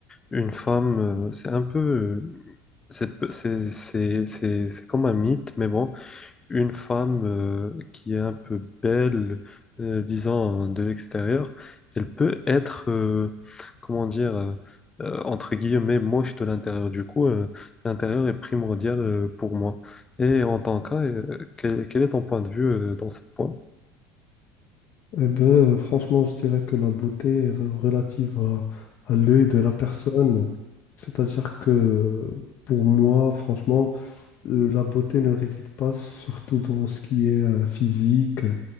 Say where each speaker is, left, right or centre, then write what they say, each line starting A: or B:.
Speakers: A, on the left; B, on the left.
A: une femme, euh, c'est un peu, euh, c'est, c'est, c'est, c'est, c'est comme un mythe, mais bon, une femme euh, qui est un peu belle, euh, disons, de l'extérieur, elle peut être, euh, comment dire, euh, euh, entre guillemets, moche de l'intérieur. Du coup, euh, l'intérieur est primordial euh, pour moi. Et en tant que quel, quel est ton point de vue euh, dans ce point?
B: Eh ben, euh, franchement, je dirais que la beauté est re- relative à, à l'œil de la personne. C'est-à-dire que pour moi, franchement, euh, la beauté ne réside pas surtout dans ce qui est euh, physique euh,